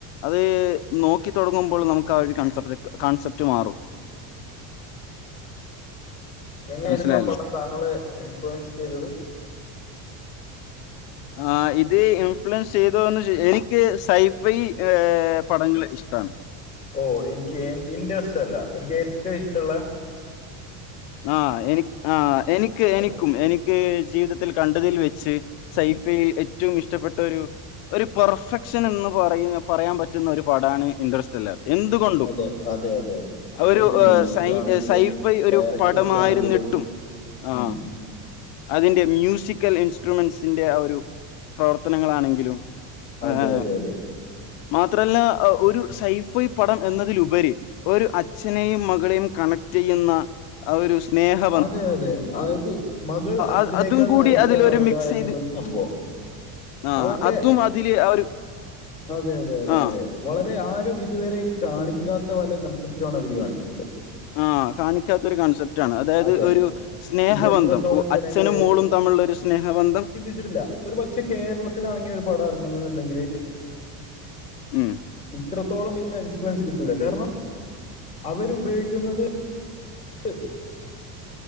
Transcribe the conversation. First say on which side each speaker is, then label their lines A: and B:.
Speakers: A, on the left (about 75°); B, on the left (about 15°).
A: അതേ നോക്കി തുടങ്ങുമ്പോൾ നമുക്കാ ഒരു കൺസെപ്പര കാൺസെപ്റ്റ് മാറും
B: എങ്ങനായിരുന്നു
A: മനസ്സിലായല്ലോ
B: ആ പടം താങ്കളെ ഇൻഫ്ലുവൻസ് ചെയ്തത്
A: ആ ഇതേ ഇൻഫ്ലുവൻസ് ചെയ്തോന്ന് ചോ എനിക്ക് സൈഫൈ പടങ്ങളെ ഇഷ്ട് താണ്
B: ഓ എനിക്ക് ഇന്റെസ്റ്റല്ല എനിക്കേറ്റവും ഇഷ്ട്ടോള്ള
A: ആ എനിക്ക് ആ എനിക്കെ എനിക്കും
B: അതെ
A: എനിക്ക് ക്കെ ജീവിതത്തിൽ കണ്ടതിൽ വെച്ച് സൈഫയിൽ ഏറ്റവും ഇഷ്ടപ്പെട്ടൊരു ഒരു പെർഫെക്ഷൻ എന്ന് പറയുന്ന പറയാൻ പറ്റുന്ന ഒരു പടാണ് ഇന്ട്രെസ്റ്റ് ത്തില്ല എന്തുകൊണ്ടും
B: അതെ അതെ അതെ അതെ
A: അതൊരു
B: അതിന്റെ
A: ഏ
B: മ്യൂസിക്
A: സൈ
B: ആണെങ്കിലും
A: സൈഫൈ ഒരു
B: ഡയറക്ടേഴ്സ്
A: പടമായിരുന്നിട്ടും
B: ആണെങ്കിലും
A: ആ
B: ഉം
A: അതിന്റെ മ്യൂസിക്കൽ ഇൻസ്ട്രുമെന്റ്സിന്റെ ആ ഒരു പ്രവർത്തനങ്ങളാണെങ്കിലും ആഹ്
B: അതെ അതെ അതെ
A: മാത്രല്ല ഒരു സൈഫയ് പടം എന്നതിലുപരി ഒരു അച്ഛനെയും മകളെയും കണക്ട് ചെയ്യുന്ന ആ ഒരു സ്നേഹം
B: അതെ അതെ അത് മകൾ അച്ഛനേക്കാൾ
A: അ- അതും കൂടി
B: വയസ്സാവുക
A: അതിലൊരു മിക്സ്
B: എന്നുള്ളൊരു
A: ചെയ്ത്
B: സംഭവം
A: ആ
B: അതൊക്കെ
A: അതും അതില് ആ ഒരു
B: അതെ അതെ അതെ
A: ആ
B: അതെ വളരെ ആരും ഇതുവരെ കാണിക്കാത്ത പല കൺസെപ്റ്റുമാണ് അതിലു കാണിച്ചിട്ടുള്ളത്
A: ആഹ് കാണിക്കാത്തൊരു കൺസെപ്റ്റ് റ്റാണ് അതായത്
B: അതെ
A: ഒരു സ്നേഹബന്ധം
B: ഇത് എത്രത്തോളം
A: ഓ
B: ജനങ്ങൾ
A: അച്ഛനും മോളും തമ്മിലുള്ളൊരു സ്നേഹബന്ധം
B: ച്ചിട്ടില്ല ഒരു പക്ഷെ കേരളത്തിലാണിങ്ങനൊരു പടം ഇറങ്ങുന്നുണ്ടെങ്കിലെ
A: ഉം
B: ഇത്രത്തോളം ഇതിന് ഇൻഫ്ലുവൻസ് കിട്ടൂല്ല കാരണം അവരുപയോഗിക്കുന്നത് അ <unintelligible>